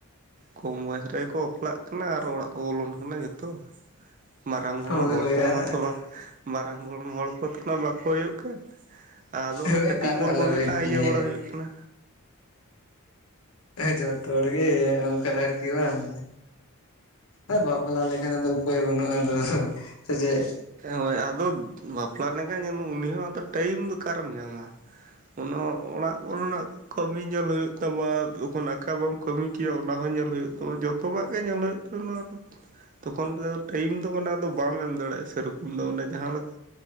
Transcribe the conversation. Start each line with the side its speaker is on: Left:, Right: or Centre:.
Right: ᱠᱚᱢ ᱵᱚᱭᱮᱥ ᱨᱮᱜᱮ ᱠᱚ ᱵᱟᱯᱞᱟᱜ ᱠᱟᱱᱟ ᱟᱨ ᱚᱲᱟᱜ ᱠᱚ ᱵᱚᱞᱚᱱ ᱠᱟᱱᱟ ᱡᱚᱛᱚ, ᱢᱟᱨᱟᱝ ᱵᱚᱨᱚᱱ
Left: ᱦᱳᱭ
Right: ᱦᱚᱲ
Left: ᱦᱳᱭ
Right: ᱠᱚᱦᱚᱸ
Left: ᱟᱨ
Right: ᱢᱟᱛᱚ ᱵᱟᱝ ᱢᱟᱨᱟᱝ ᱜᱚᱲ ᱦᱚᱲ ᱠᱚᱛᱚ ᱱᱟᱜ ᱵᱟᱠᱚ ᱦᱩᱭᱩᱜ ᱠᱟᱱ᱾ ᱟᱫᱚ ᱚᱱᱮ
Left: ᱦᱳᱭ
Right: ᱠᱟᱹᱴᱤᱡ
Left: ᱟᱨ
Right: ᱵᱚᱞ
Left: ᱟᱞᱚᱵᱤᱱ
Right: ᱠᱚᱜᱮ ᱱᱟᱜ ᱤᱭᱟᱹ
Left: ᱞᱟᱹᱭᱟ
Right: ᱵᱟᱲᱟ ᱦᱩᱭᱩᱜ ᱠᱟᱱᱟ᱾
Left: ᱡᱚᱛᱚ ᱦᱚᱲ ᱜᱮ ᱚᱝᱠᱟ ᱟᱨᱠᱤ ᱵᱟᱝᱼᱼ ᱦᱮ ᱵᱟᱯᱞᱟ ᱞᱮᱠᱷᱟᱱ ᱟᱫᱚ ᱩᱯᱟᱹᱭ ᱵᱟᱹᱱᱩᱜᱼᱟ ᱟᱫᱚ ᱥᱮ ᱪᱮᱜ?
Right: ᱦᱳᱭ ᱟᱫᱚ ᱵᱟᱯᱞᱟ ᱞᱮᱝᱼᱠᱷᱟᱱ ᱧᱮᱞ ᱩᱱᱤ ᱦᱚᱸ ᱟᱫᱚ ᱴᱟᱭᱤᱢ ᱫᱚ ᱚᱠᱟᱨᱮᱢ ᱧᱟᱢᱟ? ᱚᱱᱳ ᱚᱲᱟᱜ ᱠᱚᱨᱮᱱᱟᱜ ᱠᱟᱹᱢᱤ ᱧᱮᱞ ᱦᱩᱭᱩᱜ ᱛᱟᱢᱟ ᱡᱚᱠᱷᱚᱱ ᱟᱠᱟ ᱵᱟᱢᱼᱼ ᱠᱟᱹᱢᱤ ᱠᱤᱭᱟ ᱚᱱᱟ ᱦᱚᱸ ᱧᱮᱞ ᱦᱩᱭᱩᱜ ᱛᱟᱢᱟ ᱡᱚᱛᱚᱟᱜ ᱜᱮ ᱧᱮᱞ ᱦᱳᱭᱳᱜ ᱛᱟᱵᱚᱱᱟ᱾ ᱛᱚ ᱠᱷᱚᱱ ᱛᱮᱫᱚ ᱟᱫᱚ ᱴᱟᱭᱤᱢ ᱫᱚ ᱢᱟᱱᱮ ᱟᱫᱚ ᱵᱟᱢ ᱮᱢ ᱫᱟᱲᱮᱭᱟᱜᱼᱟ ᱥᱮᱨᱚᱠᱚᱢ ᱫᱚ ᱚᱱᱮ ᱡᱟᱦᱟᱸ ᱞᱮᱠᱟ᱾